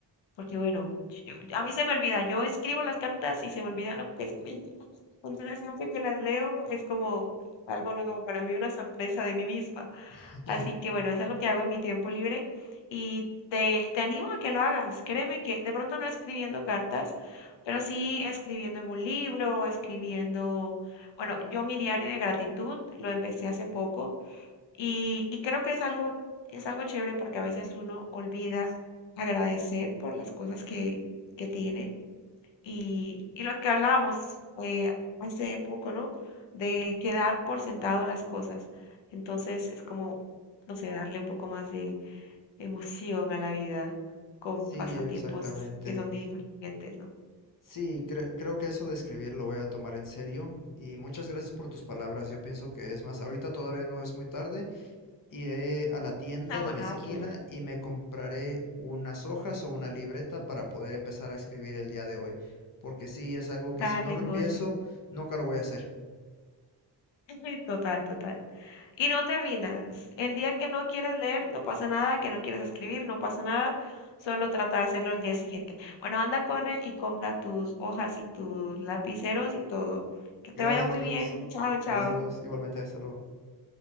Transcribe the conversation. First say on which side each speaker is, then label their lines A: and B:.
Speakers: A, on the left (about 80°); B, on the left (about 45°).
A: Porque bueno, yo- a mí se me olvida, yo escribo las cartas y se me olvida lo que escribo. <laughs> Entonces siempre que las leo es como algo nuevo para mí, una sorpresa de mí misma.
B: <laughs>
A: Así que bueno, eso es lo que hago en mi tiempo libre y te, te animo a que lo hagas. Créeme que de pronto no escribiendo cartas, pero sí escribiendo en un libro escribiendo, bueno, yo mi diario de gratitud lo empecé hace poco y, y creo que es algo, es algo chévere porque a veces uno olvida agradecer por las cosas que, que tiene. Y, y lo que hablábamos eh, hace poco, ¿no? De quedar por sentado las cosas. Entonces es como, no sé, darle un poco más de emoción a la vida con
B: Sí,
A: pasatiempos
B: exactamente.
A: que son diferentes, ¿no?
B: Sí, cre- creo que eso de escribir lo voy a tomar en serio. Y muchas gracias por tus palabras. Yo pienso que es más, ahorita todavía no es muy tarde, Iré a la tienda
A: No,
B: de la
A: nada
B: esquina
A: que ver.
B: y me compraré unas hojas o una libreta para poder empezar a escribir el día de hoy, porque sí, es algo
A: Dale,
B: que si no lo
A: José.
B: empiezo, nunca lo voy a hacer.
A: <laughs> Total, total. Y no te rindas. El día que no quieras leer, no pasa nada, que no quieras escribir, no pasa nada. Solo trata de hacerlo el día siguiente. Bueno, anda, corre y compra tus hojas y tus lapiceros y todo. Que
B: Gracias,
A: te vaya muy
B: Luz.
A: bien. <laughs> Chao, chao.
B: Gracias, Luz. Igualmente, hasta luego.